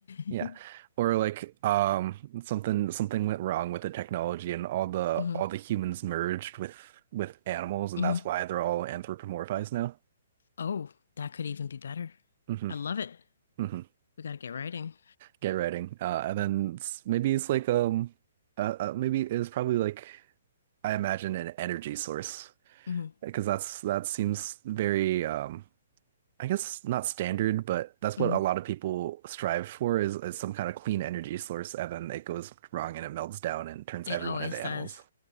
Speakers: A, on the right; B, on the left.
A: Yeah.
B: <laughs>
A: Or like um something something went wrong with the technology and all the
B: hmm
A: all the humans merged with with animals and
B: hmm
A: that's why they're all anthropomorphized now.
B: Oh, that could even be better.
A: hmm
B: I love it.
A: hmm
B: We got to get writing.
A: Get writing. Uh and then it's, maybe it's like um uh, uh maybe it's probably like I imagine an energy source
B: hmm
A: because that's that seems very um I guess not standard, but that's what
B: hmm
A: a lot of people strive for is, is some kind of clean energy source, and then it goes wrong and it melts down and turns
B: It
A: everyone
B: always
A: into
B: does.
A: animals.